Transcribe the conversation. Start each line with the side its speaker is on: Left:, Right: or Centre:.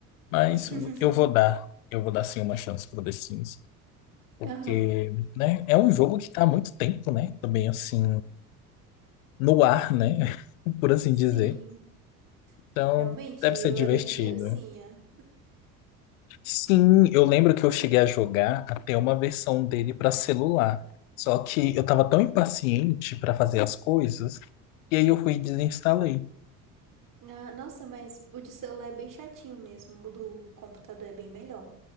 Left: Mas
Right: <laughs>
Left: eu vou dar, eu vou dar sim uma chance pro The Sims. Porque,
Right: Aham,
Left: né, é um jogo que tá há muito tempo, né? Também assim, no ar, né? <laughs> Por assim
Right: sim.
Left: dizer. Então,
Right: Realmente,
Left: deve
Right: eu
Left: ser divertido.
Right: era criancinha.
Left: Sim, eu lembro que eu cheguei a jogar até uma versão dele para celular. Só que eu tava tão impaciente para fazer as coisas, e aí eu fui e desinstalei.
Right: Ah, nossa, mas o de celular é bem chatinho mesmo. O do computador é bem melhor.